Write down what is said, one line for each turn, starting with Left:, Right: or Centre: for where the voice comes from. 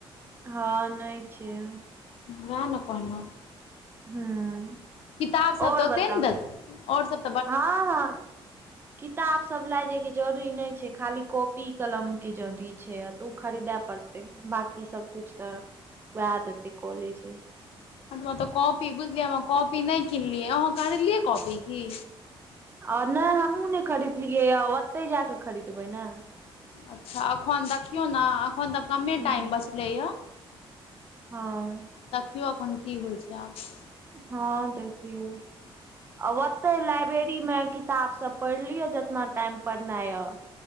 Right: हँ नैय छैय
Left: वएह ने कहलहुँ
Right: हूँ
Left: किताब सब
Right: और
Left: तऽ ओतेन
Right: बताबू
Left: दे और सब
Right: हँ हँ किताब सब लय जाय के जरूरी नहि छै खाली कॉपी कलम के जरुरी छै य तऽ उ खरीदेए पड़ तै बाकी सबकुछ तऽ वएह देतैय कॉलेजे
Left: हमरा तऽ कॉपी बुझलियै हम कॉपी नैय किनलियै अहाँ कहलियै कॉपी की
Right: आ नाहि हमूँ नैय खरीदलियै ओतहि जा कऽ खरीदबै ने
Left: अच्छा अखन देखियो न हँ त कमे
Right: हूँ
Left: टाइम बचलै य
Right: हँ
Left: देखियौ अखन की होइ छैय आब
Right: हँ देखियौ आ ओते लाइब्रेरी में किताब सब पढ़ि लिअ जेतना टाइम पढ़नाय यऽ